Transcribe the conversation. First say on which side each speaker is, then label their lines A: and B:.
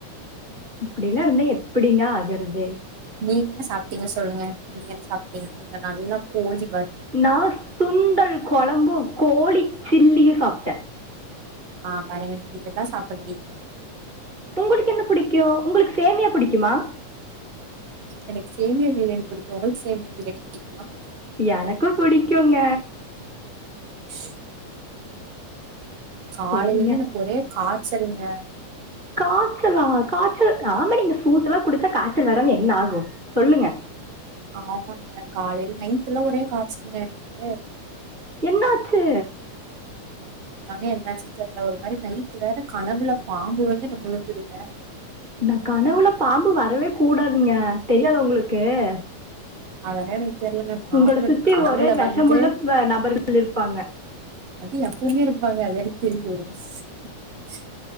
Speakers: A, on the right (about 25°); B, on the right (about 55°).
A: இப்டியிலாம் இருந்தா எப்டிங்க ஆகறது
B: நீங்க என்ன சாப்பட்டீங்க சொல்லுங்க நீங்க என்ன சாப்பட் நீங்க நல்லா கோஞ்சி
A: நான சுண்டல் குழம்பும் கோழி சில்லியும் சாப்பே அட
B: ஆ பருங்க இதெல்லாம் சாப்படுவீங்க
A: உங்களுக்கு என்ன பிடிக்கும் உங்களுக்கு சேமியா புடிக்குமா
B: எனக்கு சேமியா பிரியாணி பிடிக்கும் உங்களுக்கு சேமியா பிரியாணி பிடிக்குமா
A: எனக்கு புடிக்குங்க
B: உஷ் காலையில
A: சரிங்க
B: இருந்தே எனக்கு ஒரே கா சரிங்க
A: காய்ச்சலா காய்ச்சல் ஆமா நீங்க ஜூஸ் எல்லாம் குடிச்சா காய்ச்சல் வரமா என்ன ஆகும் சொல்லுங்க
B: ஆமா ஆமாங்க காலையில நைட் எல்லாம் ஒரே காய்ச்சல்ங்க எனக்கு
A: என்னாச்சு
B: ஆமாங்க என்னாச்சுன்னு தெரியல ஒரு மாரி நைட் வேற கனவுல பாம்பு வந்து முழுங்குதுங்க
A: அந்த கனவுல பாம்பு வரவே கூடாதுங்க தெரியாது உங்களுக்கு ஏ..
B: <unintelligible> பாம்பு
A: உங்கள சுத்தி
B: கனவுல
A: ஒரே விஷமுள்ள
B: வந்து
A: <inaudible> நபர்கள் இருப்பாங்க
B: அது எப்பவுமே இருப்பாங்க <inaudible> தெரியல சிஸ்